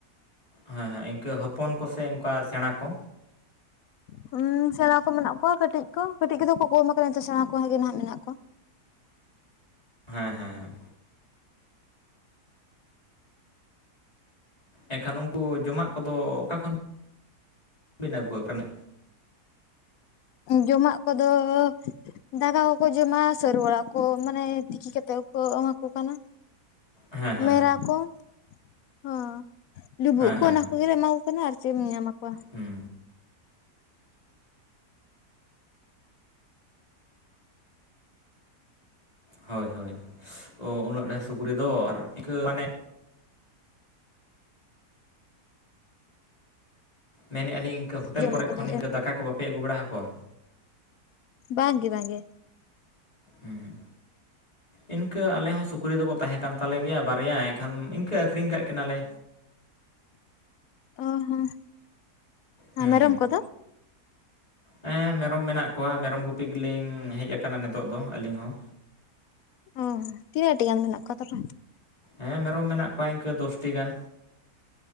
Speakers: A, on the left; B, on the left.
A: ᱦᱮᱸ ᱦᱮᱸ ᱤᱱᱠᱟᱹ ᱦᱚᱯᱚᱱ ᱠᱚᱥᱮ ᱚᱱᱠᱟ ᱥᱮᱬᱟ ᱠᱚ?
B: ᱦᱚᱸ ᱥᱮᱬᱟ ᱠᱚ ᱢᱮᱱᱟᱜ ᱠᱚᱣᱟ, ᱠᱟᱹᱴᱤᱡ ᱠᱚ ᱠᱟᱹᱴᱤᱡ ᱠᱚᱫᱚ ᱠᱚ ᱠᱚᱢ ᱟᱠᱟᱱᱟ ᱥᱮᱬᱟ ᱠᱚᱜᱮ ᱱᱟᱜ ᱢᱮᱱᱟᱜ ᱠᱚᱣᱟ ᱾
A: ᱦᱮᱸ ᱦᱮᱸ ᱦᱮᱸ᱾ ᱮᱱᱠᱷᱟᱱ ᱩᱱᱠᱩ ᱡᱚᱢᱟᱜ ᱠᱚᱫᱚ ᱚᱠᱟ ᱠᱷᱚᱱ ᱵᱤᱱ ᱟᱹᱜᱩ ᱟᱠᱚ ᱠᱟᱱᱟ?
B: ᱡᱚᱢᱟᱜ ᱠᱚᱫᱚ ᱼᱼ ᱫᱟᱠᱟ ᱠᱚᱠᱚ ᱡᱚᱢᱟ ᱥᱟᱹᱨᱩ ᱚᱲᱟᱜ ᱠᱚ ᱢᱟᱱᱮ ᱛᱤᱠᱤ ᱠᱟᱛᱮᱫ ᱠᱚ ᱮᱢᱟᱠᱚ ᱠᱟᱱᱟ᱾
A: ᱦᱮᱸ ᱦᱮᱸ
B: ᱢᱮᱨᱟ
A: ᱦᱮᱸ
B: ᱠᱚ ᱦᱚᱸ, ᱞᱩᱵᱩᱜ
A: ᱦᱮᱸ
B: ᱠᱚ
A: ᱦᱮᱸ
B: ᱚᱱᱟ ᱠᱚᱜᱮᱞᱮ ᱮᱢᱟᱠᱚᱼᱼ ᱠᱟᱱᱟ ᱟᱨ ᱪᱮᱫ ᱮᱢ ᱧᱟᱢ ᱟᱠᱚᱣᱟ?
A: ᱦᱚᱸ ᱦᱚᱭ ᱦᱚᱭ, ᱚ ᱩᱱᱟᱹᱜ ᱰᱷᱮᱨ ᱥᱩᱠᱨᱤ ᱫᱚ ᱟᱨ ᱤᱱᱠᱟᱹ ᱢᱟᱱᱮ ᱢᱮᱱᱮᱜ ᱟᱹᱞᱤᱧ ᱤᱱᱠᱟᱹ ᱦᱚᱴᱮᱞ
B: ᱡᱚᱢᱟᱜ
A: ᱠᱚᱨᱮ
B: ᱠᱚᱫᱚ
A: ᱠᱷᱚᱱ ᱱᱤᱝᱠᱟᱹ ᱫᱟᱠᱟ ᱠᱚ ᱵᱟᱯᱮ ᱟᱹᱜᱩ ᱵᱟᱲᱟ ᱟᱠᱚᱣᱟ?
B: ᱵᱟᱝ ᱜᱮ ᱵᱟᱝ ᱜᱮ
A: ᱦᱚᱸ ᱤᱱᱠᱟᱹ ᱟᱞᱮ ᱦᱚᱸ ᱥᱩᱠᱨᱤ ᱫᱚᱠᱚ ᱛᱟᱦᱮᱸ ᱠᱟᱱ ᱛᱟᱞᱮ ᱜᱮᱭᱟ ᱵᱟᱨᱭᱟ ᱮᱠᱷᱟᱱ ᱤᱱᱠᱟᱹ ᱟᱹᱠᱷᱨᱤᱧ ᱠᱟᱜ ᱠᱤᱱᱟᱞᱮ
B: ᱚ ᱦᱚᱸ
A: ᱦᱮᱸ
B: ᱟᱨ ᱢᱮᱨᱚᱢ
A: ᱦᱮᱸ
B: ᱠᱚᱫᱚ
A: ᱦᱮᱸ ᱢᱮᱨᱚᱢ ᱢᱮᱱᱟᱜ ᱠᱚᱣᱟ ᱢᱮᱨᱚᱢ ᱜᱩᱯᱤ ᱜᱮᱞᱤᱧ ᱦᱮᱡ ᱟᱠᱟᱱᱟ ᱱᱤᱛᱚᱜ ᱫᱚ ᱟᱹᱞᱤᱧ ᱦᱚᱸ
B: ᱚᱦᱚ, ᱛᱤᱱᱟᱹᱜ ᱴᱤ ᱜᱟᱱ ᱢᱮᱱᱟᱜ ᱠᱚ ᱛᱟᱯᱮ?
A: ᱦᱮᱸ ᱢᱮᱨᱚᱢ ᱢᱮᱱᱟᱜ ᱠᱚᱣᱟ ᱤᱱᱠᱟᱹ ᱫᱚᱥᱴᱤ ᱜᱟᱱ᱾